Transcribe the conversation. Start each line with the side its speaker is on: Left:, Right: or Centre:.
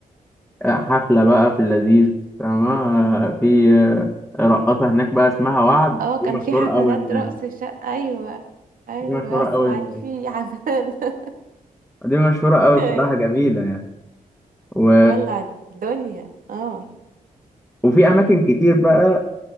Centre: آه، حفلة بقى في اللذيذ فاهمة آه، في آه، رقاصة هناك بقى اسمها وعد
Right: اه كان
Centre: دي مشهورة
Right: في حفلات
Centre: أوي هناك
Right: رقص شقة ايوه ايوه
Centre: دي مشهورة
Right: اسمع
Centre: أوي هناك
Right: ان في حفلات <laughs>
Centre: دي مشهورة أوي
Right: ايوه
Centre: بصراحة جميلة يعني و...
Right: ولع الدنيا اه
Centre: وفي اماكن كتير بقى